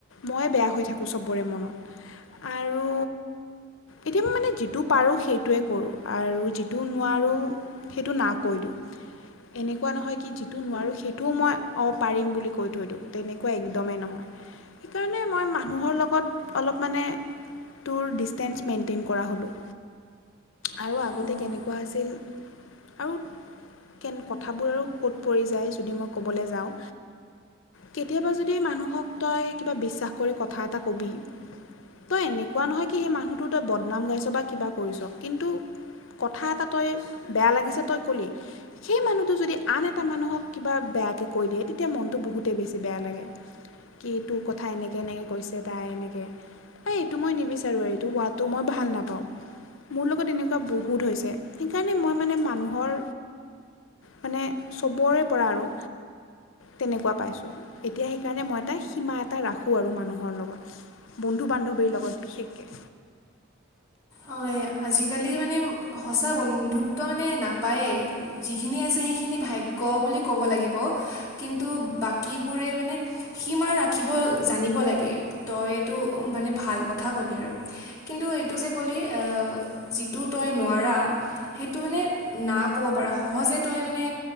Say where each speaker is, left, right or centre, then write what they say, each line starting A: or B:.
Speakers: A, on the left (about 70°); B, on the left (about 15°).
A: মই বেয়া হৈ থাকোঁ চব বৰে মনত আৰু এতিয়া মই মানে যিটো পাৰোঁ, সেইটোৱে কৰোঁ আৰু যিটো নোৱাৰোঁ সেইটো না কৈ দিওঁ। এনেকুৱা নহয় কি, যিটো নোৱাৰোঁ সেইটোও মই অ', পাৰিম বুলি কৈ থৈ দিওঁ তেনেকুৱা একদমেই নহয়। সেইকাৰণে মই মানুহৰ লগত অলপ মানে তোৰ ডিষ্টেঞ্চ মেইনটেইন কৰা হ'লোঁ। আৰু আগতে
B: অঁ
A: কেনেকুৱা আছিল, আউ কেন কথাবোৰ আৰু ক'ত পৰি যায় যদি মই ক'বলে যাওঁ কেতিয়াবা যদি মানুহক তই কিবা বিশ্বাস কৰি কথা এটা কবি তই এনেকুৱা নহয় কি, সেই মানুহটো তই বদনাম গাইছ বা কিবা কৰিছ, কিন্তু কথা এটা তই বেয়া লাগিছে তই ক'লি সেই মানুহটো যদি আন এটা মানুহক কিবা বেয়াকে কৈ দিয়ে তেতিয়া মনটো বহুতেই বেছি বেয়া লাগে কি তোৰ কথা এনেকে এনেকে কৈছে। তাই এনেকে এইটো মই নিবিচাৰোঁ আৰু এইটো হোৱাটো মই ভাল নাপাওঁ। মোৰ লগত এনেকুৱা বহুত হৈছে সেইকাৰণে মই মানে মানুহৰ মানে চবৰে পৰা আৰু। তেনেকুৱা পাইছোঁ এতিয়া সেইকাৰণে মই এটা সীমা এটা ৰাখোঁ আৰু মানুহৰ লগত। বন্ধু বান্ধৱীৰ লগত বিশেষকে।
B: হয়, আজিকালি মানে সঁচা বন্ধুত্ব মানে নাপায়েই। যিখিনি আছে সেইখিনি ভাগ্য বুলি ক'ব লাগিব কিন্তু বাকীবোৰে মানে সীমা ৰাখিব জানিব লাগে তইটো মানে ভাল কথা ক'লি আৰু। কিন্তু এইটো যে ক'লি যিটো তই নোৱাৰা সেইটো মানে না ক'ব পাৰা সহজে তই মানে